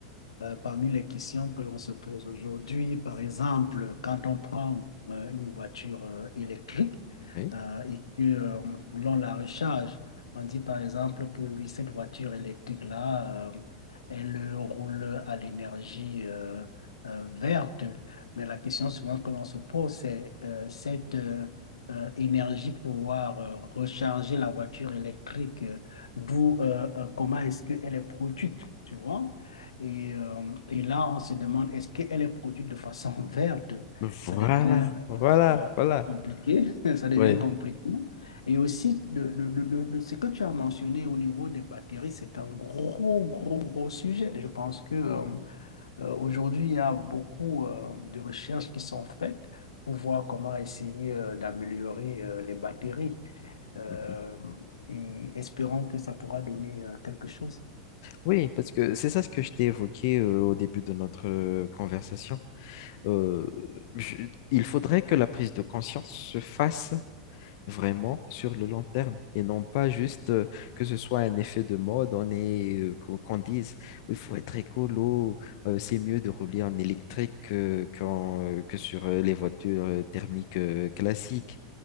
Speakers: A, on the left; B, on the left.
A: euh, parmi les questions que l'on se pose aujourd'hui, par exemple, quand on prend euh, une voiture euh, électrique
B: Oui.
A: euh, et que euh, l'on la recharge, on dit par exemple que oui, cette voiture électrique-là, euh, elle roule à l'énergie euh, euh, verte. Mais la question souvent que l'on se pose, c'est euh, cette euh, euh, énergie pour pouvoir euh, recharger la voiture électrique. euh, d'où euh, euh, comment est-ce qu'elle est produite, tu vois. Et, euh, et là, on se demande, est-ce qu'elle est produite de façon <laughs> verte?
B: Voilà,
A: Ça devient
B: voilà,
A: euh, euh,
B: voilà.
A: compliqué, <laughs> ça devient
B: Oui,
A: compliqué. Et aussi, le- le- le- le- le- ce que tu as mentionné au niveau des batteries, c'est un gros, gros, gros sujet. Je pense que euh, euh, aujourd'hui, il y a beaucoup euh, de recherches qui sont faites pour voir comment essayer euh, d'améliorer euh, les batteries euh,
B: Mhm.
A: et espérons que ça pourra donner euh, quelque chose.
B: Oui, parce que c'est ça ce que je t'ai évoqué euh, au début de notre euh, conversation. Euh, je- il faudrait que la prise de conscience se fasse vraiment sur le long terme et non pas juste euh, que ce soit un effet de mode, on est, euh, qu'on qu'on dise il faut être écolo, euh, c'est mieux de rouler en électrique que, qu'en, euh, que sur euh, les voitures euh, thermiques euh, classiques.